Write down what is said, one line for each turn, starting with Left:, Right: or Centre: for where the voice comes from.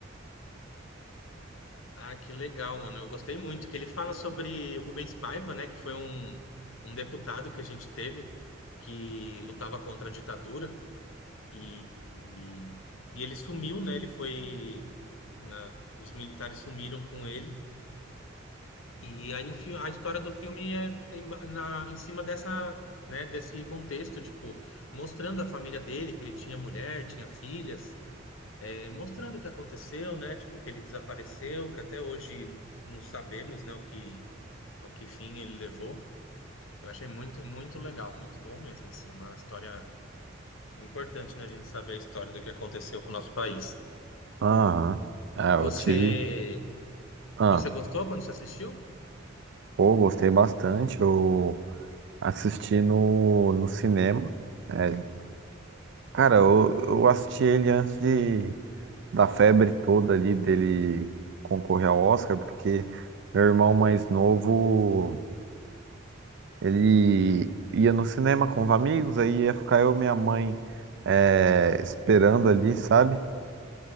Left: Ah, que legal, mano. Eu gostei muito, que ele fala sobre o Rubens Paiva, né? Que foi um, um deputado que a gente teve que lutava contra a ditadura e, e, e ele sumiu, né? Ele foi. né? Os militares sumiram com ele. E aí o fi- a história do filme é em, ba- na, em cima dessa, né, desse contexto, tipo, mostrando a família dele, que ele tinha mulher, tinha filhas, eh, mostrando o que aconteceu, né, tipo, que ele desapareceu, que até hoje não sabemos, né, o que, o que fim ele levou. Eu achei muito, muito legal, muito bom mesmo, assim, uma história importante, né, a gente saber a história do que aconteceu com o nosso país.
Right: Aham. É, eu
Left: Você,
Right: tive. Ah,
Left: você gostou quando você assistiu?
Right: pô, gostei bastante. Eu assisti no, no cinema. É, cara, eu, eu assisti ele antes de, da febre toda ali dele concorrer ao Oscar, porque meu irmão mais novo, ele ia no cinema com os amigos, aí ia ficar eu e minha mãe é, esperando ali, sabe?